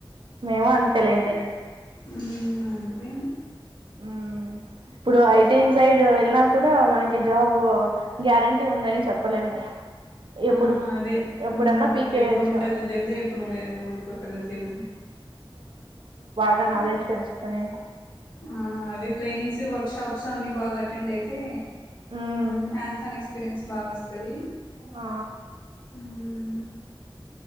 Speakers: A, on the right; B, on the left.
A: మేమూ అంతేలెండి.
B: హ్మ్ అంతే
A: ఊ ఇప్పుడూ ఐటీ సైడూ వెళ్ళినా కూడా మనకి జాబూ గ్యారంటీ ఉందని చెప్పలేము. ఎప్పుడు
B: ఆ అదే
A: ఎప్పుడన్నా
B: ఉమ్
A: పీకేయచ్చు
B: ఎప్పుడు ఉంటదో తెలిదు, ఎప్పుడు ఊడే ఊడిపోతదో తెలీదు.
A: దాన్ నాలేడ్జ్ పెంచుకొనీ
B: ఆ అదే ట్రైనింగ్స్ వర్ ర్క్ షాప్స్ అన్నీ బాగా అటెండ్ అయితే.
A: మ్మ్.
B: హ్యాండ్స్ అన్ ఎక్స్పీరియన్స్ బాగా వస్తదీ.
A: ఆ
B: హ్మ్